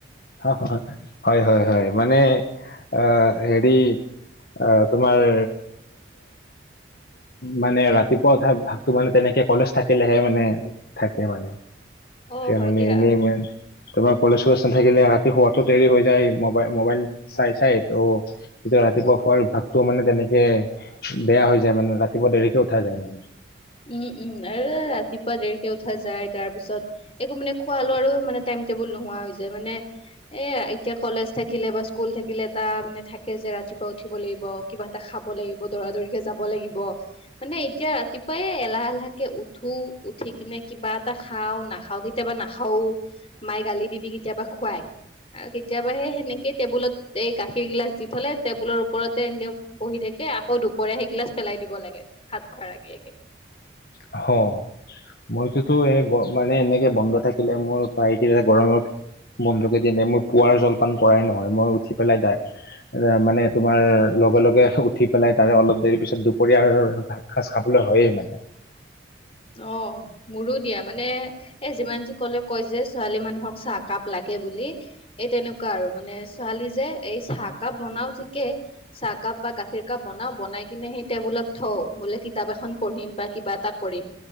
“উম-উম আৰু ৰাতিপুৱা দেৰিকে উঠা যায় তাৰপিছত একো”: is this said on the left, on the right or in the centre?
Left